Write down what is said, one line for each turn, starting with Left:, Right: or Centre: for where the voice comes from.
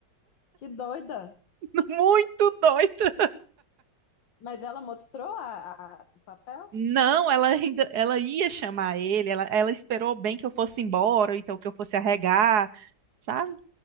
Left: que doida.
Right: <laughs> Muito doida.
Left: Mas ela mostrou a, a- o papel?
Right: Não, ela ainda, ela ia chamar ele, ela, ela esperou bem que eu fosse embora, ou então que eu fosse arregar, sabe?